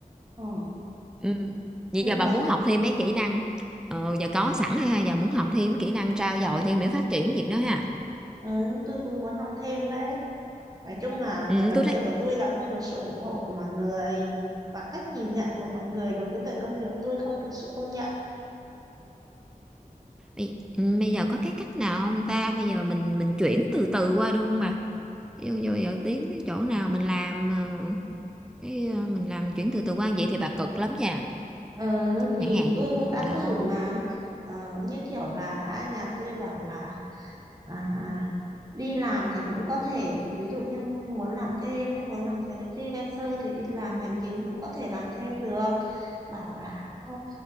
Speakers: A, on the right (about 25°); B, in the centre.
A: Ừ,
B: ừ. vậy
A: cũng
B: giờ
A: có
B: bà muốn học thêm mấy kỹ năng ờ, giờ có sẵn ha giờ muốn học thêm kỹ năng trau dồi thêm để phát triển việc đó ha
A: ừ, tôi cũng muốn học thêm đấy nói chung là
B: ừ,
A: cái vấn
B: tôi
A: đề
B: thấy
A: của tôi là không được sự ủng hộ của mọi người và cách nhìn nhận của mọi người đối với cái công việc tôi không được sự công nhận
B: Bây, ừ, bây giờ có cái cách nào không ta? Bây giờ mình mình chuyển từ từ qua được không bà? Ví dụ như bây giờ tiếng cái chỗ nào mình làm ờ, cái ờ, mình làm chuyển từ từ qua vậy thì bà cực lắm nha.
A: ừ, thì
B: Chẳng hạn
A: tôi
B: như-
A: cũng đã
B: nó
A: thử mà Ờ, như kiểu là nhà tôi bảo là À, à. đi làm thì cũng có thể ví dụ như muốn làm thêm ấy muốn làm freelancer thì đi làm hành chính cũng có thể làm thêm được bảo là "Ờ,